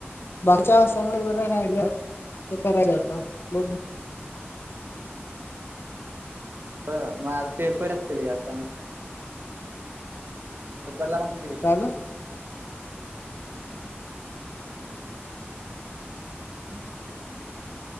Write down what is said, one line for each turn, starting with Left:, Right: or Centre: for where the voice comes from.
Left: बाचा समय बरा राला ते खरार होता म
Right: ह मग आता पेपर असतली अस पेपरला मास्ते
Left: काय झालं
Right: हम